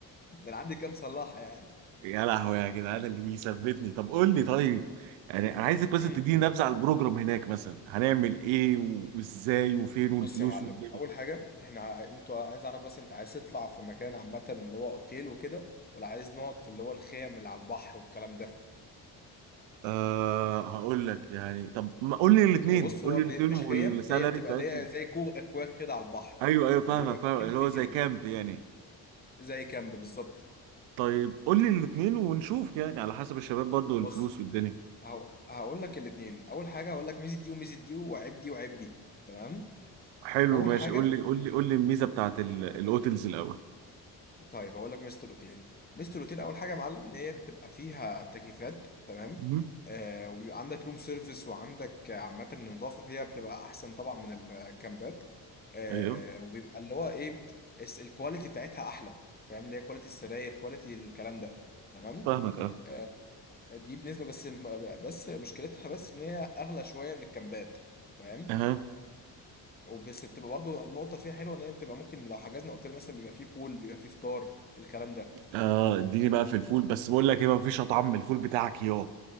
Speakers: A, on the left; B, on the right.
A: ده انا عندي كام صلاحه يعني
B: يا لهوي يا جدعان اللي بيثبتني طب قول لي طيب يعني انا عايزك بس
A: امم
B: تديني نبذه على البروجرام هناك مثلا هنعمل ايه و- وازاي وفين والفلوس
A: بص يا معلم
B: والدنيا
A: اول حاجه احنا ع- انتوا عايز اعرف بس انت عايز تطلع في مكان عامه اللي هو اوتيل وكده ولا عايز نقعد في اللي هو الخيم اللي على البحر والكلام ده
B: أه هقول لك يعني طب ما قول لي الاثنين
A: يعني بص
B: قول
A: هو
B: لي
A: بي...
B: الاثنين
A: مش
B: والسالري
A: خيم هي بتبقى
B: بتاعتهم
A: اللي هي زي كوخ اكواخ كده على البحر
B: ايوه ايوه فاهمك
A: فبيبقى في
B: فاهم
A: كده
B: اللي
A: في
B: هو
A: كده
B: زي كامب يعني
A: زي كامب بالظبط
B: طيب قول لي الاثنين ونشوف يعني على حسب الشباب برضو والفلوس
A: بص
B: والدنيا
A: هو- هقول لك الاثنين اول حاجه هقول لك ميزه دي وميزه دي وعيب دي وعيب دي تمام
B: حلو
A: اول
B: ماشي
A: حاجه
B: قول لي قول لي قول لي الميزه بتاعت ال- الاوتلز الاول
A: طيب هقول لك ميزه الاوتيل ميزه الاوتيل اول حاجه يا معلم ان هي بتبقى فيها تكييفات تمام
B: مهم.
A: آه وبيبقى عندك روم سيرفيس وعندك عامه النظافه فيها بتبقى احسن طبعا من الكامبات آه
B: ايوه
A: وبيبقى اللي هو ايه الس- الكواليتي بتاعتها احلى فاهم اللي هي كواليتي السراير كواليتي الكلام ده تمام
B: فاهمك اه
A: آه دي بالنسبه بس بس مشكلتها بس ان هي اغلى شويه من الكامبات فاهم
B: اها
A: وبس بتبقى برضه النقطة فيها حلوة إن هي بتبقى ممكن لو حجزنا أوتيل مثلا بيبقى فيه بول بيبقى فيه فطار الكلام ده
B: اه اديني بقى في الفول بس بقول لك ايه ما فيش اطعم من الفول بتاعك يابا